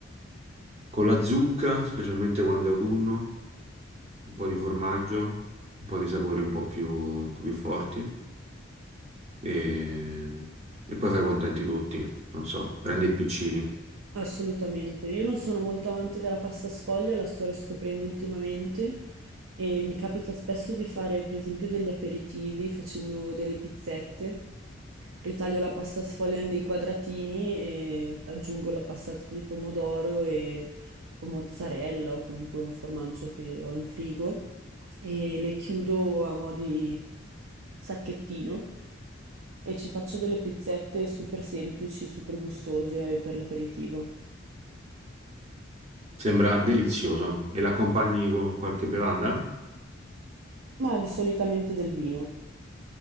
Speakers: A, on the right (about 30°); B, on the right (about 85°).
A: Con la zucca, specialmente quando è autunno, un po' di formaggio, un po' di sapori un po' più, un po' più forti e, e poi fai contenti tutti, non so, grandi e piccini.
B: Assolutamente, io non sono molto amante della pasta sfoglia, la sto riscoprendo ultimamente e mi capita spesso di fare per esempio degli aperitivi facendo delle pizzette, ritaglio la pasta sfoglia in dei quadratini e aggiungo la passata di pomodoro e, o mozzarella o comunque un formaggio che ho in frigo e le chiudo a mo' di sacchettino e ci faccio delle pizzette super semplici, super gustose per l'aperitivo.
A: Sembra delizioso e l'accompagni con qualche bevanda?
B: Ma di- solitamente del vino.